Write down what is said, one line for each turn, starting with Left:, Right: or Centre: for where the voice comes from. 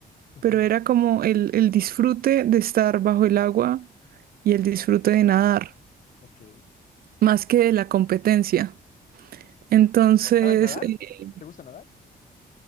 Left: Ujú,
Right: pero era como el, el disfrute de estar bajo el agua y el disfrute de nadar,
Left: Ok.
Right: más que de la competencia. Entonces,
Left: ¿Sabes nadar?
Right: eh,
Left: ¿Te gusta nadar?